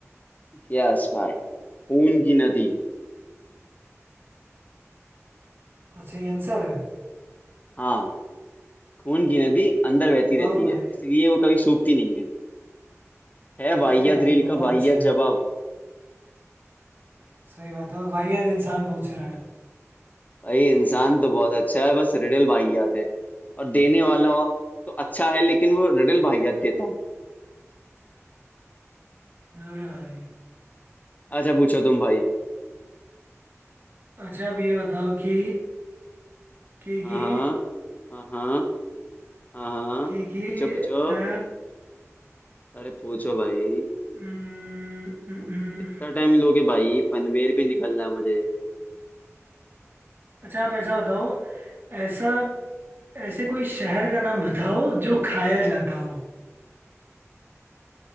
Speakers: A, on the left; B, on the right.
A: यस भाई खून की नदी
B: अच्छा ये आंसर है
A: हाँ खून की नदी अंदर बहती
B: वाह
A: रहती
B: भाई
A: है इसलिए वो कभी सूखती नहीं है है वाहियात
B: अरे भाई
A: रील
B: बहुत
A: का वाहियात
B: अच्छे
A: जवाब
B: सही बात है और वाहियात इंसान पूछ रहा है
A: भाई इंसान तो बहुत अच्छा है बस रिडल वाहियात है और देने वाला तो अच्छा है लेकिन वो रिडल वाहियात देता है
B: अरे भाई
A: अच्छा पूछो तुम भाई
B: अच्छा अब ये बताओ कि कि
A: हाँ
B: कि
A: हाँ हाँ हाँ हाँ
B: कि कि
A: पूछो पूछो
B: अ,
A: अरे पूछो भाई
B: उम्म, उम्म, उम्म।
A: इतना टाइम लोगे भाई पनवेल भी निकलना है मुझे
B: अच्छा आप ऐसा बताओ ऐसा ऐसे कोई शहर का नाम बताओ जो खाया जाता हो